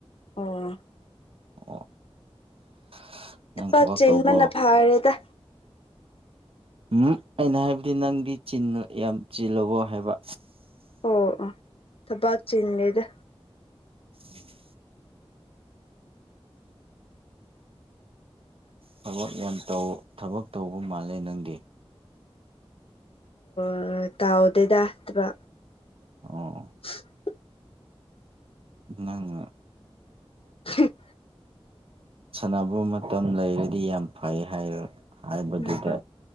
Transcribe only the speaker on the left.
ꯑꯣ
ꯄꯥꯛ ꯆꯦꯟꯕꯅ
ꯐꯥꯔꯦꯗ
ꯑꯣ ꯑꯣ ꯊꯕꯥꯛ ꯆꯤꯟꯂꯦꯗ
ꯑꯣ ꯇꯥꯎꯗꯣꯏꯗꯕ
<unintelligible>
<unintelligible>
ꯎꯝ